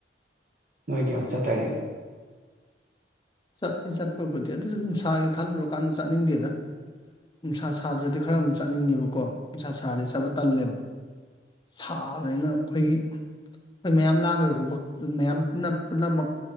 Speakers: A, on the right; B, on the left.
A: ꯅꯣꯏꯗꯤ ꯌꯥꯝ ꯆꯠꯇꯥꯏꯅꯦ
B: ꯆꯠꯂꯤ ꯆꯠꯄꯕꯨꯗꯤ ꯑꯗꯨꯁꯨ ꯅꯨꯡꯁꯥꯒꯤ ꯈꯜꯂꯨꯔꯀꯥꯟꯗ ꯆꯠꯅꯤꯡꯗꯦꯗ ꯅꯨꯡꯁꯥ ꯁꯥꯗ꯭ꯔꯗꯤ ꯈꯔ ꯑꯃꯨꯛ ꯆꯠꯅꯤꯡꯉꯦꯕꯀꯣ ꯅꯨꯡꯁꯥ ꯁꯥꯔꯗꯤ ꯆꯠꯄ ꯇꯜꯂꯦꯕ ꯁꯥꯕꯅꯤꯅ ꯑꯩꯈꯣꯏꯒꯤ ꯑꯩꯈꯣꯏ ꯃꯌꯥꯝ ꯂꯥꯡꯈ꯭ꯔꯒ ꯃꯌꯥꯝ ꯄꯨ ꯄꯨꯝꯅꯃꯛ